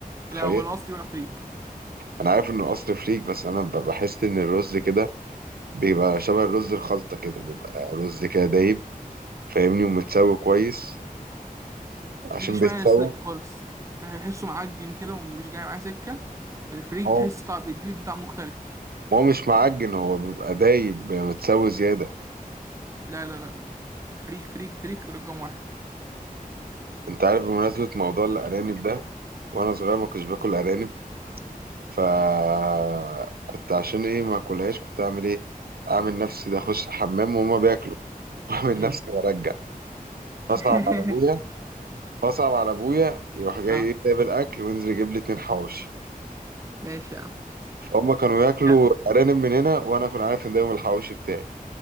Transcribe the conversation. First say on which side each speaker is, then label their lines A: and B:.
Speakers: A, on the right; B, on the right.
A: تخيل
B: لا هو الاصلي بقى فريك
A: انا عارف انه اصل فريك بس انا ب- بحس ان الرز كده بيبقى شبه الرز الخلطه كده بيبقى رز كده دايب فاهمني ومتسوي كويس عشان
B: ميجيش
A: بيتسوى
B: معايا سكة خالص بحسه معجن كده ومش جاي معاه سكة الفريك
A: هو
B: تحس طعم بيدي دي طعم مختلف
A: هو مش معجن هو بيبقى دايب بيبقى متسوي زياده
B: لا لا لا فريك فريك فريك رقم واحد
A: انت عارف بمناسبه موضوع الارانب ده وانا صغير ما كنتش باكل ارانب فكنت عشان ايه ما اكلهاش كنت اعمل ايه اعمل نفسي ده اخش الحمام وهما بياكلوا <laughs> واعمل
B: امم
A: نفسي برجع فاصعب
B: <laughs>
A: على ابويا فاصعب على ابويا يروح جاي
B: اه
A: ايه جايب الاكل وينزل يجيب لي اتنين حواوشي
B: ماشي يا عم
A: فهم كانوا ياكلوا
B: لا،
A: ارانب من هنا وانا كنت عارف ان ده يوم الحواوشي بتاعي